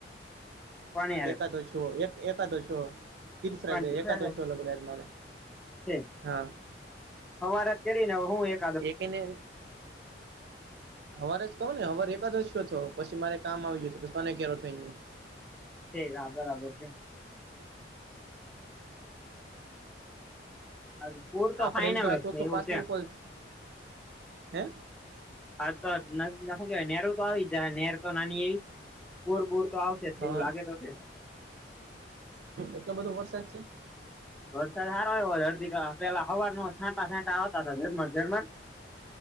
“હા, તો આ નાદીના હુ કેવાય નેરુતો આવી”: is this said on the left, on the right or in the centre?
Centre